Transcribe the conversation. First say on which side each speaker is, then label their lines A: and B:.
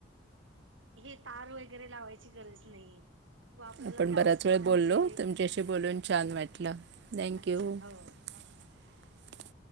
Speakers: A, on the right; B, on the right.
A: हे तार वगैरे लावायची गरज नाही. किंवा आपल्याला
B: आपण
A: जास्त
B: बराच वेळ
A: म्हणजे
B: बोललो तुमच्याशी बोलून छान वाटलं थँक्यू
A: अच्छा हो चालेल.
B: <inaudible>
A: चालेल